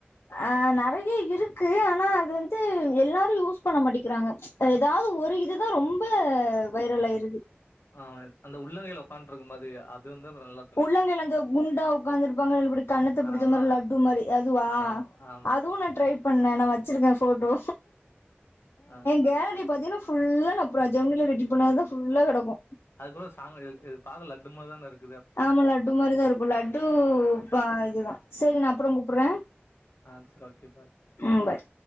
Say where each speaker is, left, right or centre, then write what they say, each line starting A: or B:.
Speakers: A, on the left; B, on the left.
A: ஆ நெறைய இருக்கு ஆனா அது வந்து எல்லாரு யூஸ் பண்ண மாட்டுக்கிறாங்க ஆ ஏதாது ஒரு இதுதா ரொம்ப வைரல் ஆயிருது
B: ஆமா அந்த உள்ளங்கையில உக்காந்ட்டு இருக்க மாரி அது வந்து நல்ல
A: உள்ளங்கையில வந்து குண்டா உக்காந்துருப்பாங்க இப்டி கண்ணத்த பிடிச்ச
B: ஆமா
A: மாரி லட்டு மாரி அதுவா
B: ஆமா ஆமா
A: அதுவு நா ட்ரை பண்ண நா வச்சிருக்கே ஃபோட்டோ
B: ஆ
A: கேலரி பாத்திங்கன்னா ஃபுல்லா நா பர ஜெம்னில ரெடி பண்ணதுதா ஃபுல்லா கெடக்கு
B: அது கூட சாங்கு ரீல் இது பாக்க லட்டு மாரி தான இருக்
A: ஆமா லட்டு மாரிதா இருக்கு லட்டு இப்ப இதுதா சேரி நா அப்புற கூப்புற
B: ஆ சேரி ஓகே பாய்
A: ஆ பாய்